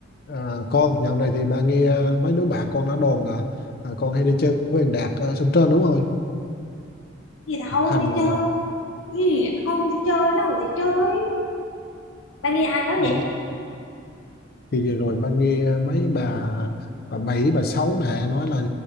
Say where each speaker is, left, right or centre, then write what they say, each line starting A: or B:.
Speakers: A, on the left; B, on the left.
A: À, con dạo này thì ba nghe à, mấy đứa bạn con đã đồn là à, con hay đi chơi với thằng Đạt ở Sông Trên đúng không?
B: gì đâu
A: Học hành
B: đi
A: mà
B: chơi gì không đi chơi đâu đi chơi ba nghe ai nói
A: ừ,
B: vậy
A: thì vừa rồi ba nghe mấy bà bà bảy bà sáu này nói là